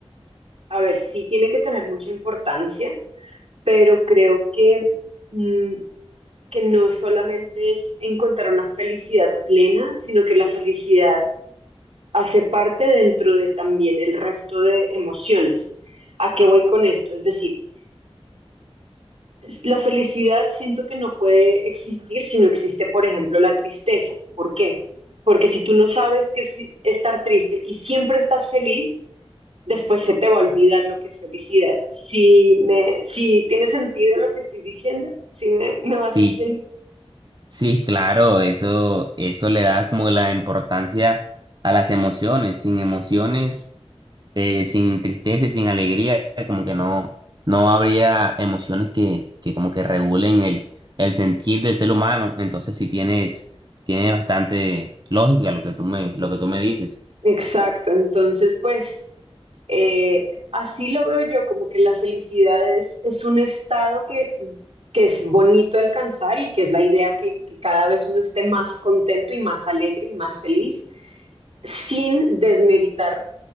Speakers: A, on the right (about 65°); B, on the right (about 45°).
A: a ver, sí tiene que tener mucha importancia pero creo que, mm, que no solamente es encontrar una felicidad plena, sino que la felicidad hace parte dentro de también el resto de emociones. ¿A qué voy con esto? Es decir, la felicidad siento que no puede existir si no existe, por ejemplo, la tristeza. ¿Por qué? Porque si tú no sabes qué es estar triste y siempre estás feliz, después se te va a olvidar lo que es felicidad. Si me, si tiene sentido lo que estoy diciendo, si me, me vas
B: Si
A: siguiendo.
B: Sí, claro, eso, eso le da como la importancia a las emociones. Sin emociones, eh, sin tristeza y sin alegría, como que no, no habría emociones que, que como que regulen el, el sentir del ser humano. Entonces sí tienes, tiene bastante lógica lo que tú me, lo que tú me dices.
A: Exacto, entonces pues eh, así lo veo yo, como que la felicidad es, es un estado que, que es bonito alcanzar y que es la idea que, que cada vez uno esté más contento y más alegre y más feliz sin desmeritar